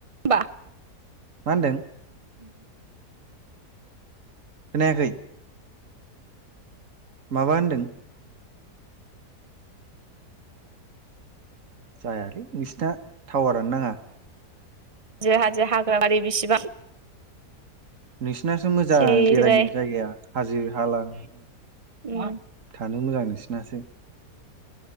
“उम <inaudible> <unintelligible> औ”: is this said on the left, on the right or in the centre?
Right